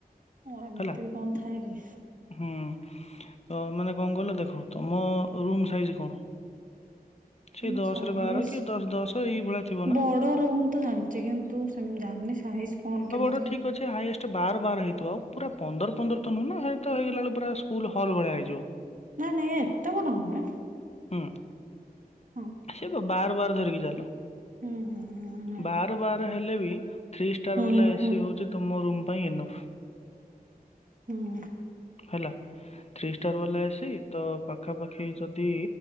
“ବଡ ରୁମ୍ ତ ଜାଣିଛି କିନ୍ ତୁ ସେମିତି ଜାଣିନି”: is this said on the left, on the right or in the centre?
Right